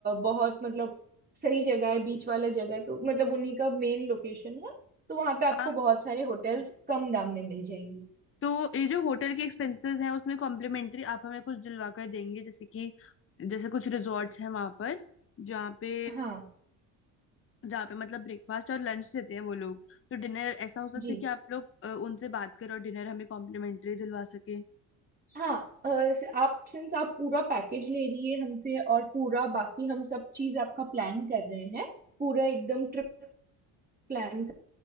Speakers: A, on the right; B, on the left.
A: बहुत मतलब सही जगह है बीच वाला जगह है तो मतलब उन्हीं का मेन लोकेशन है तो वहां पे आपको
B: हाँ
A: बहुत सारे होटल्स
B: हाँ।
A: कम दाम में मिल जाएंगी
B: तो ये जो होटल के एक्सपेंसेस हैं उसमें कॉम्प्लीमेंट्री आप हमें कुछ दिलवा कर देंगे जैसे कि जैसे कुछ रिजॉर्ट्स हैं वहां पर जहाँ पे
A: हाँ
B: जहाँ पे मतलब ब्रेकफास्ट और लंच देते हैं वो लोग तो डिनर ऐसा हो सकता
A: जी
B: है कि आप लोग अ, उनसे बात करें और डिनर हमें कॉम्प्लीमेंट्री दिलवा सके
A: हाँ अ, स- आप सिंस आप पूरा पैकेज ले रही है हमसे और पूरा बाकी हम सब चीज आपका प्लान कर रहे हैं पूरा एकदम ट्रिप प्लान कर